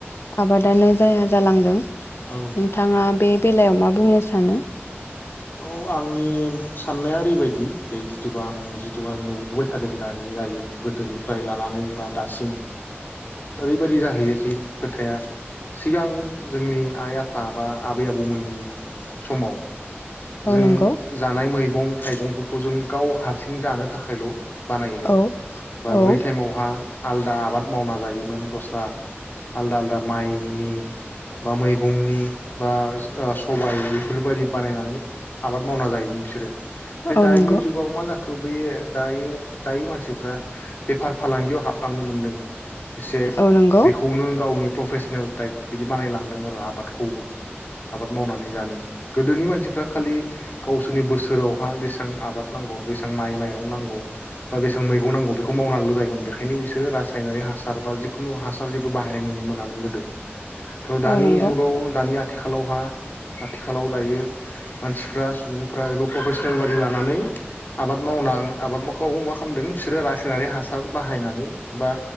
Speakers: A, on the left; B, on the left.
A: आबादानो जाया जालांदों। नोंथाङा
B: औ
A: बे बेलायाव मा बुंनो सानो?
B: औ आंनि साननाया ओरैबायदि जि जिथुबा आं जिथुबा नुबोबाय थादों दानि जायो गोदोनिफ्राय लानानै बा दासिम ओरैबायदि जाहैयोखि खोथाया सिगां जोंनि आइ आफा बा आबै आबौमोननि समाव
A: औ
B: जों
A: नंगौ
B: जानाय मैगं थाइगंफो खौ जों गाव हारसिं जानो थाखायल' बानायोमोन
A: औ
B: बा
A: औ
B: बै टाइमावहा आलदा आबाद मावना जायोमोन दस्रा आलदा आलदा माइ जोंनि बा मैगंनि बा आस सबाइ बेफोरबायदि बानायनानै आबाद मावना जायोमोन बिसोरो ओमफाय दानि
A: औ नंगौ
B: जुगाव मा जाख खौ बे दायो दायो मानसिफ्रा बेफार फालांगियाव हाबलांनो मोनदों इसे
A: औ नंगौ
B: बेखौनो गावनि प्रफेसनेल टाइप बिदि बानायलांदों आरो आबादखौबो आबाद मावनानै जानो गोदोनि मानसिफ्रा खालि गावसोरनि बोसोरावहा बेसां आबाद नांगौ बेसां माइ माइरं नांगौ बा बेसेबां मैगं नांगौ बेखौ मावनानैल' जायोमोन बेखायनो बिसोरो रासायनारि हासार बा जिखुनु हासार जेबो बाहायनाय नुनो मोना मोन गोदो थ' दानि
A: औ नंगौ
B: जुगाव दानि आ थिखालावहा आथिखालाव दायो मानसिफ्रा सुबुंफ्रा बेखौ प्रफेसनेल बादि लानानै आबाद मावनां आबाद मोखौ मा खामदों बिसोरो रासायनारि हासा सार बाहायनानै बा